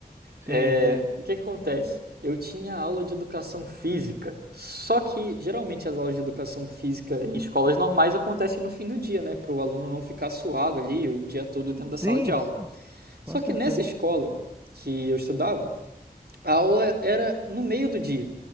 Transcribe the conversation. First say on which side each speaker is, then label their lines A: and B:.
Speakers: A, on the right; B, on the right.
A: Sim,
B: É,
A: sim.
B: o que que acontece? Eu tinha aula de educação física, só que geralmente as aulas de educação física em escolas normais acontecem no fim do dia, né? Para o aluno não ficar suado ali o dia todo dentro da
A: Sim,
B: sala de aula.
A: sim,
B: Só
A: com certeza.
B: que nessa escola que eu estudava, a aula era no meio do dia.